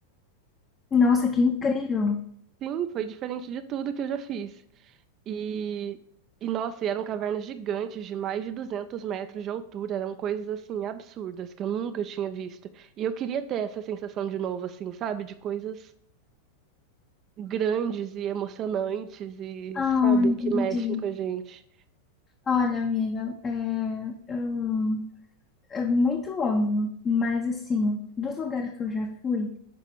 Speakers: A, on the left; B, on the right.
A: Nossa, que incrível!
B: <laughs> Sim, foi diferente de tudo que eu já fiz. E, e nossa, e eram cavernas gigantes de mais de 200 metros de altura. Eram coisas assim absurdas que eu nunca tinha visto. E eu queria ter essa sensação de novo, assim, sabe? De coisas grandes e emocionantes e, sabe,
A: Ah, entendi.
B: que mexem com a gente.
A: Olha, amiga, é, eu, é muito óbvio, mas assim, dos lugares que eu já fui,